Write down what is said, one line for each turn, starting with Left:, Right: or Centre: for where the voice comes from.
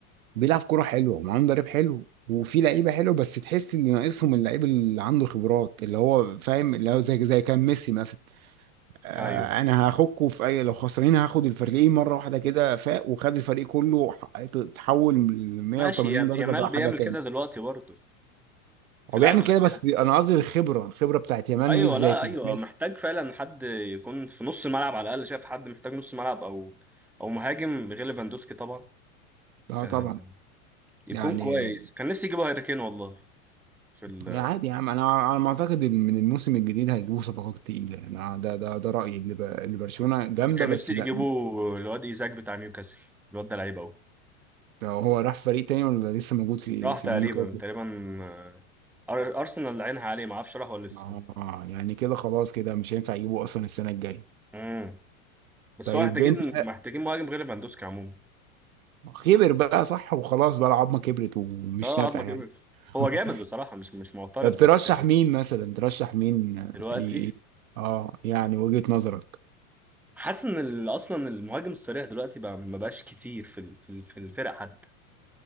Right: بيلعب كوره حلوه ومعاه مدرب حلو وفي لعيبه حلوه بس تحس ان ناقصهم اللعيب اللي عنده خبرات اللي هو فاهم اللي هو زي زي كان ميسي مثلا آه،
Centre: ايوه
Right: انا هاخدكوا في اي لو خسرانين هاخد الفريقين مره واحده كده فاق وخد الفريق كله ح- اتحول من 180
Centre: ماشي يا-
Right: درجه
Centre: يامال
Right: بقى
Centre: بيعمل
Right: حاجه تاني
Centre: كده دلوقتي برضه في
Right: هو
Centre: الاغلب
Right: بيعمل كده بس
Centre: يعني.
Right: انا قصدي الخبره الخبره بتاعت يمان
Centre: ايوه
Right: مش زي
Centre: لا
Right: بتاعت
Centre: ايوه
Right: ميسي
Centre: محتاج فعلا حد يكون في نص الملعب على الاقل شايف حد محتاج نص ملعب او او مهاجم غير ليفاندوسكي طبعا
Right: اه
Centre: آه،
Right: طبعا
Centre: يكون
Right: يعني
Centre: كويس كان نفسي يجيبوا هاري كين والله في ال...
Right: يعني عادي يا عم انا انا ما اعتقد إن من الموسم الجديد هيجيبوا صفقات تقيله يعني انا ده ده ده رايي اللي ب- اللي برشلونه جامده
Centre: كان
Right: بس
Centre: نفسي
Right: لا
Centre: يجيبوا الواد ايزاك بتاع نيوكاسل الواد ده لعيب قوي
Right: ده هو راح فريق تاني ولا لسه موجود في
Centre: راح
Right: في
Centre: تقريبا
Right: نيوكاسل
Centre: تقريبا آه، أر- ارسنال عينها عليه ما اعرفش راح ولا لسه
Right: اه يعني كده خلاص كده مش هينفع يجيبوا اصلا السنه الجايه
Centre: امم بس
Right: طيب
Centre: هو محتاجين
Right: انت
Centre: محتاجين مهاجم غير ليفاندوسكي عموما
Right: كبر بقى صح وخلاص بقى العظمه كبرت ومش
Centre: اه
Right: نافع
Centre: عظمه
Right: يعني
Centre: كبر هو
Right: <laughs>
Centre: جامد بصراحه مش مش معترض
Right: بترشح
Centre: بس يعني
Right: مين مثلا ترشح مين آه،
Centre: دلوقتي
Right: ي- ي- اه يعني وجهة نظرك
Centre: حاسس ان ال- اصلا المهاجم الصريح دلوقتي بقى ما بقاش كتير في ال- في ال- في الفرق حتى